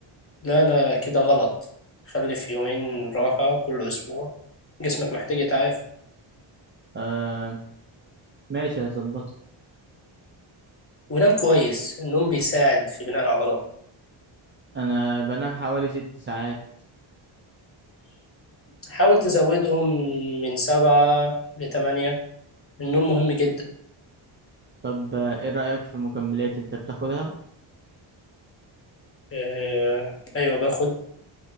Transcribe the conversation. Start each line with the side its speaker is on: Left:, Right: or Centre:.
Left: لا لا كده غلط خلي في يومين راحة كل أسبوع جسمك محتاج يتعافى
Right: آه ماشي هظبطها
Left: ونام كويس النوم بيساعد في بناء العضلات
Right: انا بنام حوالي ست ساعات
Left: حاول تزودهم من سبعة لتمانية النوم مهم جدا
Right: طب آه، ايه رأيك في مكملات انت بتاخدها
Left: آه، أيوة باخد